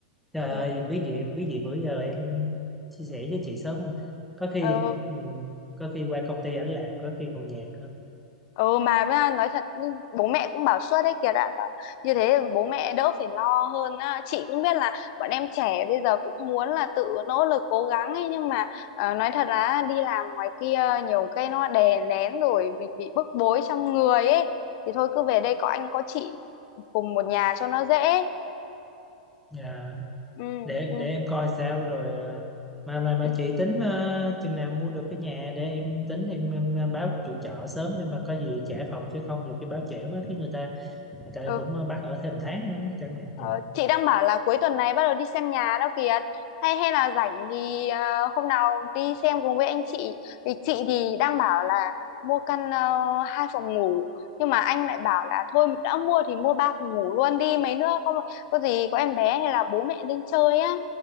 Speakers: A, in the centre; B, on the left.
A: trời
B: ừ
A: ơi, biết gì biết gì bữa giờ em chia sẻ với chị sớm hơn. Có khi
B: ừ
A: ừ, có khi qua công ty ảnh làm, có khi còn nhàn hơn.
B: ừ mà với nói thật nhưng bố mẹ cũng bảo suốt đấy kìa đã bảo như thế bố mẹ đỡ phải lo hơn á. chị cũng biết là bọn em trẻ bây giờ cũng muốn là tự nỗ lực cố gắng ấy nhưng mà ờ, nói thật là đi làm ngoài kia nhiều cái nó đè nén rồi mình bị bức bối trong người ấy thì thôi cứ về đây có anh có chị cùng một nhà cho nó dễ
A: Dạ.
B: ừ
A: để để
B: ừ
A: em coi sao rồi à, mà mà mà
B: ừ
A: chị tính ờ, chừng nào mua được cái nhà để em tính em, em báo chủ trọ sớm để mà có gì trả phòng chứ không nhiều khi báo trễ quá cái người ta người ta
B: ừ
A: cũng ờ, bắt ở thêm tháng nữa chẳng hạn
B: Ờ,
A: vậy
B: chị đang bảo là cuối tuần này bắt đầu đi xem nhà đó kìa hay hay là rảnh thì ờ, hôm nào đi xem cùng với anh chị thì chị thì đang bảo là mua căn ờ, hai phòng ngủ nhưng mà anh lại bảo là thôi đã mua thì mua ba phòng ngủ luôn đi mấy nữa có có gì có em bé hay là bố mẹ lên chơi á